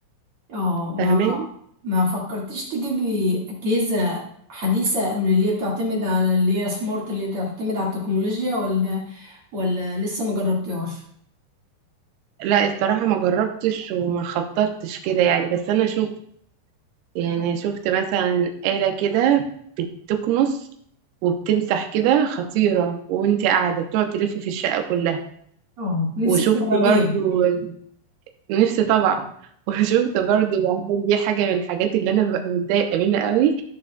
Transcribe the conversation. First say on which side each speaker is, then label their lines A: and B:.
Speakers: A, on the right; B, on the right.
A: اه ما
B: فاهماني
A: ما فكرتيش تجيبي اجهزه حديثه من اللي هي بتعتمد على اللي هي سمارت اللي هي بتعتمد على التكنولوجيا ولا ولا لسه ما جربتيهاش
B: لا الصراحة ما جربتش وما خططتش كده يعني بس أنا شفت يعني شفت مثلا آلة كده بتكنس وبتمسح كده خطيرة وانت قاعدة بتقعد تلف في الشقة كلها
A: اه نفسك
B: وشفت
A: تجربيها
B: برضو نفسي طبعا <laughs> وشفت برضو عشان دي حاجة من الحاجات اللي أنا ببقى متضايقة منها قوي